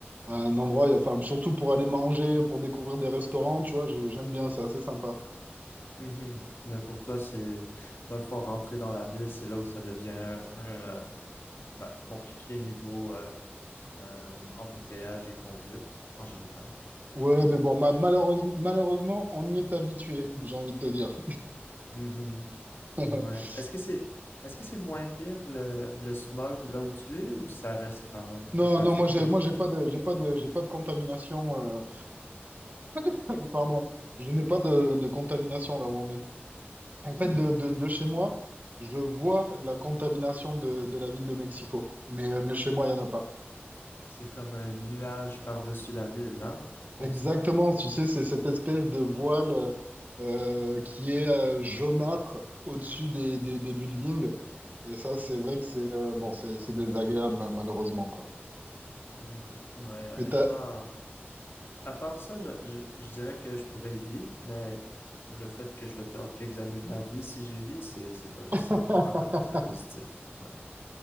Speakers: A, on the right; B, on the left.
A: un endroit, enfin, surtout pour aller manger, pour découvrir des restaurants, tu vois, je- j'aime bien, c'est assez sympa.
B: mhm. Mais pour toi, c'est, dans le fond, rentrer dans la ville, c'est là où ça devient un, euh, bah, compliqué niveau euh, euh, embouteillage et conduite, en général.
A: Ouais, mais bon, ma- malheureuse- malheureusement, on y est habitué, <laughs> j'ai envie de te dire.
B: Mhm,
A: <laughs>
B: Ouais. Est-ce que c'est, est-ce que c'est moins pire le, le smog là où tu es, ou ça reste quand même
A: Non,
B: un peu
A: non,
B: affecté?
A: moi, j'ai moi, j'ai pas de, j'ai pas de, j'ai pas de contamination. euh, <laughs> Pardon, je n'ai pas de, de contamination là où on est. En
B: Hmm.
A: fait, de, de, de chez moi, je vois la contamination de, de la ville de Mexico. Mais, euh, mais chez moi, il y en a pas.
B: C'est comme un nuage par-dessus la ville, hein? Constant.
A: Exactement, tu sais, c'est cette espèce de voile euh, qui est euh, jaunâtre au-dessus des, des, des buildings. Et ça, c'est
B: Hmm.
A: vrai que c'est euh, bon, c'est c'est désagréable, hein, malheureusement, quoi.
B: Hmm. Ouais, honnêtement,
A: Mais t'as...
B: à part ça, je, je- je dirais que je pourrais y vivre, mais le fait que je vais perdre quelques années de ma vie si j'y vis, c'est, c'est pas nécessairement
A: <laughs>
B: euh, très positif. Ouais.